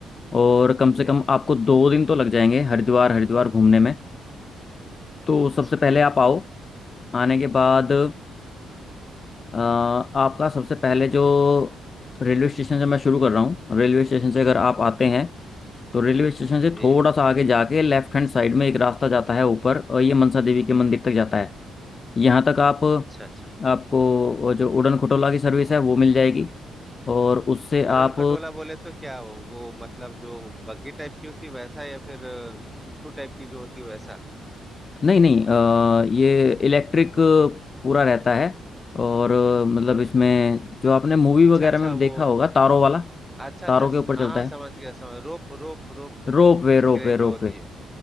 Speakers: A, on the left; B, in the centre.
A: और कम
B: जी
A: से कम आपको दो दिन तो लग जाएंगे हरिद्वार हरिद्वार घूमने में तो
B: अच्छा
A: सबसे पहले आप आओ आने के बाद अ, आपका सबसे पहले जो रेलवे स्टेशन से मैं शुरू कर रहा हूँ रेलवे स्टेशन से अगर आप आते हैं तो रेलवे स्टेशन से
B: जी
A: थोड़ा सा आगे जाके लेफ्ट हैंड साइड में एक रास्ता जाता है ऊपर और ये मनसा देवी के मंदिर तक जाता है यहाँ तक आप
B: अच्छा अच्छा
A: आपको वो जो उड़न खटोला की सर्विस है वो मिल जाएगी और उससे
B: पूरन
A: आप
B: खटोला बोले तो क्या वो वो मतलब जो बग्गी टाइप की होती है वैसा या फिर अ, पुट्ठू टाइप की जो होती है वैसा
A: नहीं नहीं अ, ये इलेक्ट्रिक पूरा रहता है और अ, मतलब इसमें जो आपने मूवी वगैरह
B: अच्छा अच्छा
A: में देखा
B: वो
A: होगा तारों वाला
B: अच्छा
A: तारों
B: अच्छा
A: के ऊपर चलता
B: हाँ हाँ
A: है
B: समझ गया समझ रोप रोप रोप
A: Ropeway रोप
B: क्रेन
A: वे
B: जो
A: रोप
B: होती
A: वे
B: है